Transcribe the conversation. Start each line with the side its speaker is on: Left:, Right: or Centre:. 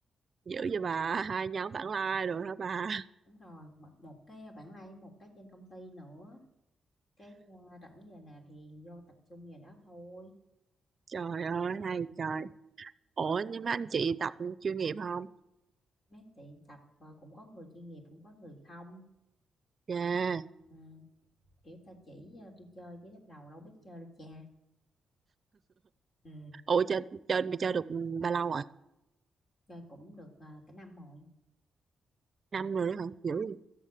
Right: dữ
Left: Ừ,
Right: vậy bà, hai nhóm vãng lai rồi hả bà?
Left: đúng rồi, một, một cái vãng lai với một cái trên công ty nữa. Cái ờ, rảnh giờ nào thì vô tập trung giờ đó thôi.
Right: Trời ơi hay trời.
Left: Ừ.
Right: Ủa nhưng mà anh chị tập chuyên nghiệp không?
Left: Mấy tiệm tập ờ, cũng có người chuyên nghiệp cũng có người không.
Right: Yeah.
Left: Ừ, kiểu ta chỉ ờ, tôi chơi chứ lúc đầu đâu biết chơi đâu cha. Ừ,
Right: Ủa trên trên mày chơi được bao lâu rồi?
Left: chơi cũng được ờ, cả năm rồi.
Right: Năm rồi đấy hả? Dữ
Left: Ừ.
Right: vậy.